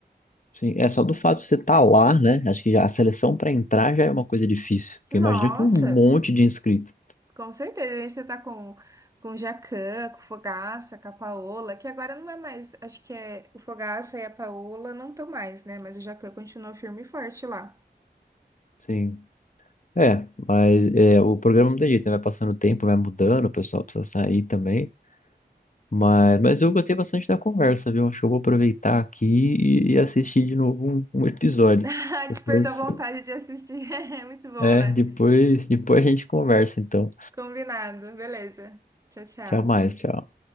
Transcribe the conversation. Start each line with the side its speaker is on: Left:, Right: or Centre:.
Left: Sim, é só do fato de você estar lá, né? Acho que já a seleção para entrar já é uma coisa difícil, porque
Right: Nossa!
Left: imagina que um monte de inscrito.
Right: Com certeza, a gente já tá com, com o jacan, com o Fogaça, com a Paola, que agora não é mais, acho que é o Fogaça e a Paola não estão mais, né? Mas o jacan continua firme e forte lá.
Left: Sim. É, mas é, o programa não tem jeito, né? Vai passando o tempo, vai mudando, o pessoal precisa sair também. Mas, mas eu gostei bastante da conversa, viu? Acho que eu vou aproveitar aqui e, e assistir de novo um, um episódio.
Right: <laughs>
Left: Depois,
Right: Despertou a vontade de assistir. <laughs> É muito bom,
Left: é,
Right: né?
Left: depois, depois a gente conversa, então.
Right: Combinado, beleza. Tchau, tchau.
Left: Tchau mais, tchau.